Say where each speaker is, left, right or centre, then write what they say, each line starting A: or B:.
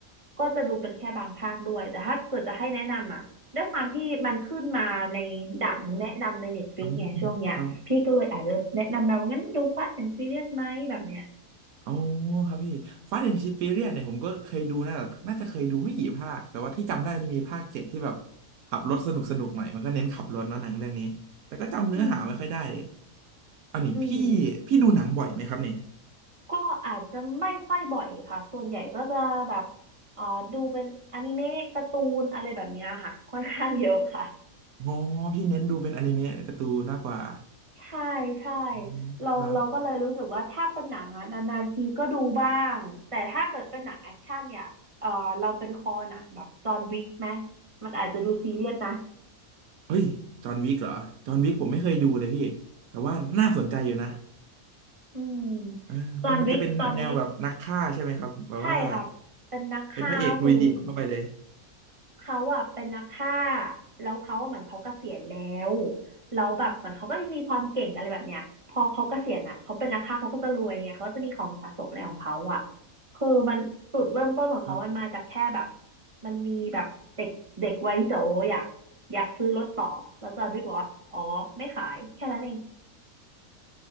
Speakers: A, on the right; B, on the right.
A: ก็จะดูเป็นแค่บางภาคด้วยแต่ถ้าเกิดจะให้แนะนำอะด้วยความที่มันขึ้นมาในดังแนะนำใน Netflix
B: อม
A: ไงช่วงเนี้ยพี่ก็เลยอาจจะแนะนำเรางั้นดู
B: ครับ
A: Fast and Furious ไหมแบบเนี้ย
B: อ๋อครับพี่ Fast and Furious เนี่ยผมก็เคยดูนะแต่น่าจะเคยดูไม่กี่ภาคแต่ว่าที่จำได้จะมีภาคเจ็ดที่แบบขับรถสนุกสนุกหน่อยมันก็เน้นขับรถเนาะหนังเรื่องนี้แต่ก็จำเนื้อหาไม่ค่อยได้เลย
A: อืม
B: อันนี้พี่พี่ดูหนังบ่อยไหมครับเนี่ย
A: อืม ก็อาจจะไม่ค่อยบ่อยค่ะ ส่วนใหญ่ก็จะแบบเอ่อดูเป็นอนิเมะการ์ตูนอะไรแบบเนี้ยค่ะ <laughs> ค่อนข้างเยอะค่ะ
B: อ๋อพี่เน้นดูเป็นอนิเมะการ์ตูนมากกว่า
A: ใช่ใช่
B: อืมครับ
A: เราเราก็เลยรู้สึกว่าถ้าเป็นหนังอะนานๆทีก็ดูบ้างแต่ถ้าเกิดเป็นหนังแอคชั่นเนี่ยเออเราเป็นคอหนังแบบจอห์นวิกไหมมันอาจจะดูซีเรียสนะ
B: เฮ้ยจอห์นวิกเหรอจอห์นวิกผมไม่เคยดูเลยพี่แต่ว่าน่าสนใจอยู่นะ
A: อืม
B: เออมันมันจะเป็นแนวแบบนักฆ่าใช่ไหมครับแบบว่า
A: จอห์นวิกตอนนี้ใช่ค่ะเป็นนักฆ่าคือ
B: เป็นพระเอกลุยเดี่ยวเข้าไปเลย
A: เขาอ่ะเป็นนักฆ่าแล้วเขาอะเหมือนเขาเกษียณแล้วแล้วแบบเหมือนเขาก็ยังมีความเก่งอะไรแบบเนี้ยพอเขาเกษียณอ่ะเขาเป็นนักฆ่าเขาก็จะรวยไงเขาก็จะมีของสะสมอะไรของเขาอ่ะคือมันจุดเริ่มต้นของเขามันมาจากแค่แบบ
B: ครับ
A: มันมีแบบเด็กเด็กวัยโจอยากอยากซื้อรถต่อแล้วจอห์นวิกบอกว่าอ๋อไม่ขายแค่นั้นเอง